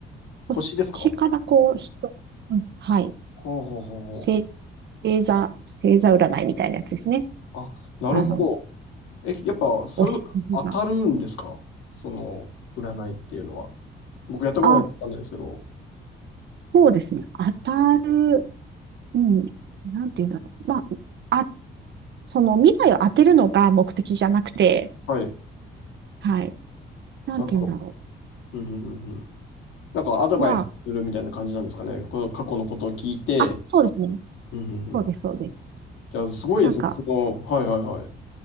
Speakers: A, on the left; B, on the right.
A: 星ですか
B: む、星からこう、人、うんはい、
A: ほうほうほうほう。
B: 星、星座、星座占いみたいなやつですね。
A: あ、なるほ
B: あの、
A: ど。え、やっぱ、そういうの当たるんですかその、
B: お羊が。
A: 占いっていうのは。僕やったことないんでわかんないですけど。
B: あ、そうですね。当たる、うん、なんていうんだろう。まあ、あ、その未来を当てるのが目的じゃなくて、
A: はい。
B: はい、なんていうんだろ
A: なるほど。うん、うん、うん、うん。なんかアドバイスするみたいな感じなんですかね。
B: う。ま
A: この過去のことを聞いて。
B: あ、あ、そうですね。
A: うんうんうん。
B: そうです、そうです。
A: じゃあ、すごいですね。
B: なんか、
A: その、はいはいはい。